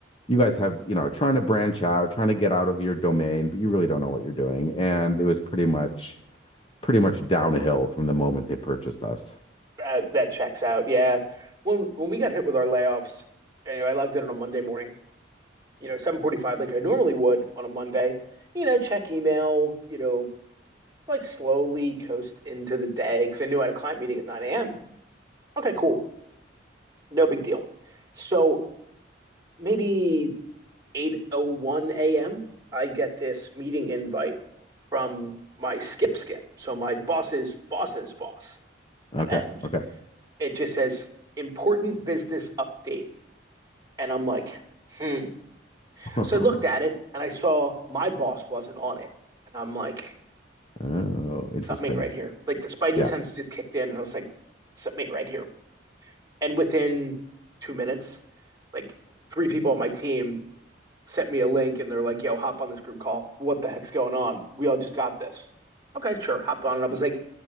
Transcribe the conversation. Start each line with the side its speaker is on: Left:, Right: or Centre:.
Left: you guys have, you know, trying to branch out, trying to get out of your domain, but you really don't know what you're doing. And it was pretty much pretty much downhill from the moment they purchased us.
Right: Uh, that checks out. Yeah. When when we got hit with our layoffs, anyway, I logged in on a Monday morning, you know, 7:45 like I normally would on a Monday. You know, check email, you know, like slowly coast into the day because I knew I had a client meeting at 9 a.m. Okay, cool. No big deal. So maybe 8:01 a.m., I get this meeting invite from my skip skip, so my boss's boss's boss,
Left: Okay.
Right: and
Left: Okay.
Right: it just says important business update, and I'm like, hmm.
Left: <laughs>
Right: So I looked at it and I saw my boss wasn't on it, and I'm like,
Left: Oh, interesting.
Right: something ain't right here. Like the spidey
Left: Yeah.
Right: sense just kicked in, and I was like, something ain't right here. And within two minutes, like three people on my team sent me a link and they're like, yo, hop on this group call. What the heck's going on? We all just got this. Okay, sure. Hopped on and I was like,